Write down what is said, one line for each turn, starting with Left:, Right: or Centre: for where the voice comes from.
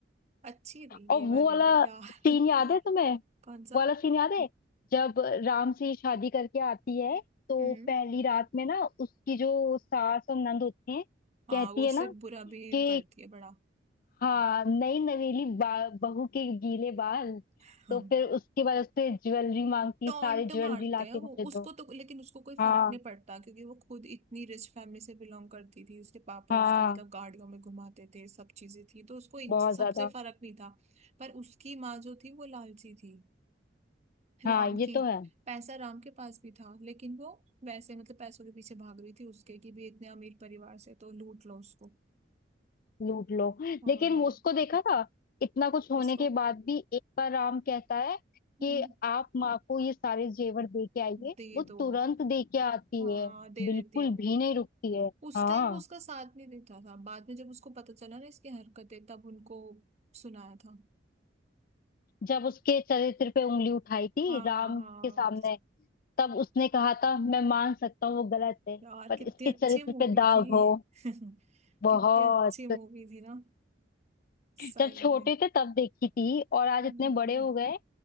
Right: अच्छी थी
Left: और
Right: ये
Left: वो
Right: वाले
Left: वाला
Right: भी यार
Left: सीन
Right: <laughs>
Left: याद है तुम्हें वो
Right: कौन सा
Left: वाला सीन याद है जब राम से शादी करके आती है तो
Right: हम्म
Left: पहली रात में ना उसकी जो सास और नंद होती हैं
Right: हाँ
Left: कहती
Right: वो उससे
Left: है ना
Right: बुरा बिहेव
Left: कि
Right: करती है बड़ा
Left: हाँ नई नवेली बा- बहू के गीले बाल
Right: <laughs>
Left: तो फिर उसके बाद उससे ज्वेलरी मांगती
Right: टॉन्ट
Left: सारी ज्वेलरी
Right: मारते
Left: लाके
Right: हैं
Left: मुझे
Right: वो
Left: दो
Right: उसको तो लेकिन उसको कोई फर्क
Left: हाँ
Right: नहीं पड़ता क्योंकि वो खुद इतनी रिच फैमिली से बिलोंग करती थी उसके पापा
Left: हाँ
Right: उसको मतलब गाड़ियों में घुमाते थे सब चीजें थी तो उसको इन
Left: बहुत
Right: सबसे
Left: ज्यादा
Right: फर्क नहीं था पर उसकी माँ जो थी वो लालची थी
Left: हाँ
Right: राम
Left: ये
Right: की
Left: तो है
Right: पैसा राम के पास भी था लेकिन वो वैसे मतलब पैसों के पीछे भाग रही थी उसके कि भी इतने अमीर परिवार से तो लूट लो उसको
Left: लूट लो
Right: हाँ
Left: लेकिन वो उसको देखा था इतना कुछ होने
Right: किसको
Left: के बाद भी एक बार राम कहता है
Right: हम्म,
Left: कि आप माँ को ये सारे जेवर दे के आइए
Right: दे
Left: वो
Right: दो
Left: तुरंत दे के आती
Right: हाँ
Left: है
Right: दे
Left: बिल्कुल
Right: देती है वो
Left: भी नहीं रुकती है
Right: उस
Left: हाँ
Right: टाइम वो उसका साथ नहीं देता था बाद में जब उसको पता चला ना इसकी हरकतें तब उनको सुनाया था
Left: जब उसके चरित्र पे उंगली उठाई थी
Right: हाँ
Left: राम
Right: हाँ
Left: के सामने तब उसने कहा था मैं मान सकता हूँ वो गलत है
Right: यार
Left: पर
Right: कितनी
Left: इसके
Right: अच्छी
Left: चरित्र
Right: मूवी
Left: पे दाग
Right: थी
Left: हो
Right: <laughs>
Left: बहुत
Right: कितनी अच्छी मूवी थी ना सही
Left: जब छोटे
Right: में
Left: थे तब देखी थी और आज
Right: हम्म,
Left: इतने बड़े हो गए